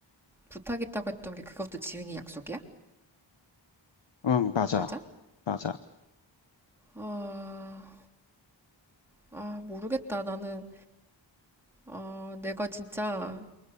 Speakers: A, in the centre; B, on the left.
A: 부탁 있다고 했던 게 그것도 지은이 약속이야?
B: 응, 맞아.
A: 맞아?
B: 맞아.
A: 아, 아, 모르겠다. 나는, 아, 내가 진짜